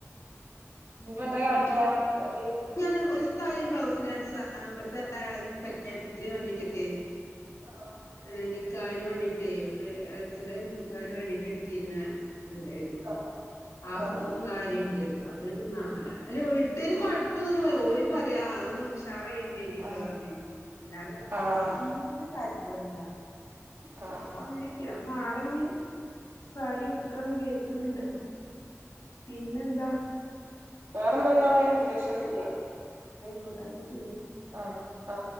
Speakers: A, on the right; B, on the left.
A: <unintelligible> കാട്ടാ ഒര്
B: ഞാൻ ഒരു സാരി ഒരു ബ്ലൗസ് <unintelligible> ഇവിടെത്തെ ആ കല്യാണത്തിന് വേണ്ടിടെ <unintelligible>
A: ആഹ്
B: നി ക്കാനു വേണ്ടീട്ടേ ഇളച്ചത് നിക്കാന് വേണ്ടിട്ട് എടുത്തിരുന്ന ഇത് ഇണ്ടായിരുന്നു
A: ആഹ്
B: ആ
A: ആഹ്
B: സാരിയുണ്ട് അത് നാളെ അല്ലോ ഇട്ടേന് കൊഴപ്പന്നുല്ല ഓല പറയാ <unintelligible> <unintelligible>
A: ആഹ്
B: പറഞ്ഞ് അല്ലാതെ ഡ്രസ്സിനോട്
A: ആഹ്
B: താൽ <unintelligible>
A: ആഹ്
B: അപ്പൊ അങ്ങനൊക്കെയാ നാളെ ഞ്ഞ് സാരി എടുക്കാന്ന് കേൾക്കുന്നുണ്ട് പിന്നെന്താ
A: വേറെന്തോന്നാണ് അത്യാവശ്യം ഒന്നുല്ല
B: കോട്ടാണ് ശെരി
A: അ ആ